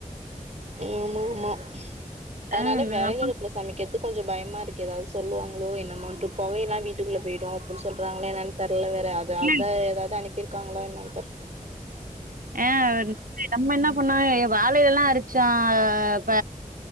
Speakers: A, on the right (about 55°); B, on the right (about 75°).
A: ஆமா ஆமா அதனால
B: ஆ
A: வெறகு
B: நம்ம
A: அடுப்புல சமைக்கத்து கொஞ்ச பயமா இருக்குது எதாவது சொல்லுவாங்களோ என்னமோண்ட்டு பொகையெல்லா வீட்டுக்குள்ள போய்டும் அப்னு சொல்றாங்கள என்னா தெர்ல வேற அதது
B: பிள்ளைங்
A: அதா எதாவது அனுப்பியிருக்காங்களா இன்னொன்னு தர்
B: ஆ நம் நம்ம என்ன பண்ணோ வாழைய எல்லா அரிச்சோ அ ப